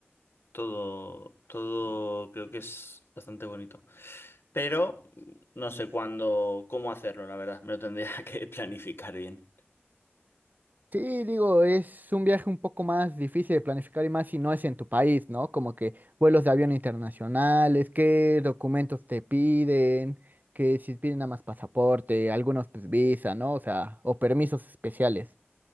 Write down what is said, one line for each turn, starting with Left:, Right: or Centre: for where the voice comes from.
Left: Todo, todo creo que es bastante bonito. Pero no sé cuándo, cómo hacerlo, la verdad. Me lo tendría <laughs> que planificar bien.
Right: Sí, digo, es un viaje un poco más difícil de planificar y más si no es en tu país, ¿no? Como que vuelos de avión internacionales, qué documentos te piden, que si piden nada más pasaporte, algunos pues visa, ¿no? O sea, o permisos especiales.